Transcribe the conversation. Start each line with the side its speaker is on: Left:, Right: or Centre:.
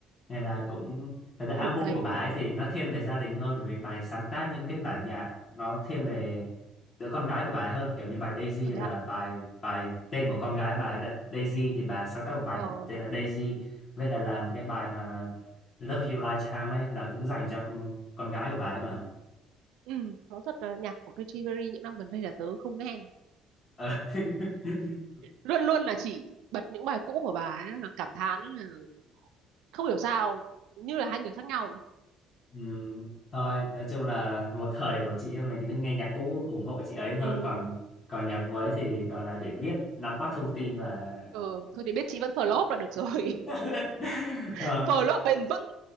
Left: nên
Right: ừ,
Left: là cũng thật ra album
Right: đủ đầy
Left: của bà
Right: rồi
Left: ấy thì nó thiên về gia đình hơn bởi vì bà ấy sáng tác những cái bản nhạc nó thiên về đứa con gái của bà ấy hơn kiểu như bài Daisy
Right: Ờ,
Left: là
Right: thế à
Left: bài bài tên của con gái bà ấy là Daisy thì bà ấy sáng tác một bài
Right: ờ,
Left: tên là Daisy vậy là làm cái bài mà Love You Lifetime ấy là cũng dành cho con con gái của bà ấy mà
Right: Ừ, nói thật là nhạc của Katy Perry những năm gần đây là tớ không nghe.
Left: Ờ. <laughs>
Right: Luôn luôn là chỉ bật những bài cũ của bà ấy, là cảm thán là không hiểu sao, như là hai người khác nhau.
Left: Ừ, thôi nói chung là một thời của chị em mình chỉ cứ nghe nhạc cũ ủng hộ chị ấy
Right: Ừ,
Left: thôi còn còn nhạc mới thì gọi là để biết nắm bắt thông tin và
Right: ừ thôi thì biết chị vẫn flop là được rồi.
Left: <laughs>
Right: <laughs>
Left: ờ,
Right: Flop bền vững.